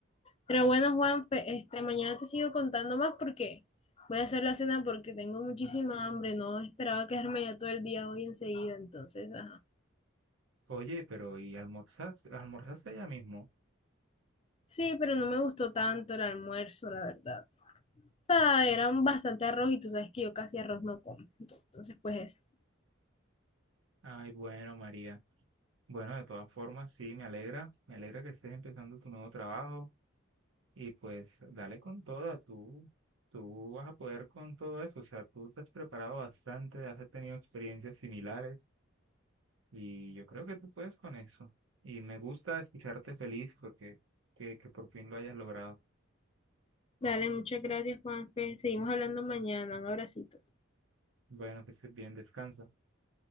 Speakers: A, on the left; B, on the right.
A: Pero bueno, Juanfe, este, mañana te sigo contando más porque voy a hacer la cena porque tengo muchísima hambre. No esperaba quedarme ya todo el día hoy enseguida, entonces, ajá.
B: Oye, pero ¿y almorzaste, almorzaste allá mismo?
A: Sí, pero no me gustó tanto el almuerzo, la verdad. O sea,
B: No.
A: era bastante arroz y tú sabes que yo casi arroz no como. Entonces, pues eso.
B: Ay, bueno, María. Bueno, de todas formas, sí, me alegra, me alegra que estés empezando tu nuevo trabajo y pues dale con toda, tú, tú vas a poder con todo eso, o sea, tú te has preparado bastante, has tenido experiencias similares y yo creo que tú puedes con eso. Y me gusta escucharte feliz porque que, que por fin lo hayas logrado.
A: Dale, muchas gracias, Juanfe. Seguimos hablando mañana. Un abracito.
B: Bueno, que estés bien, descansa.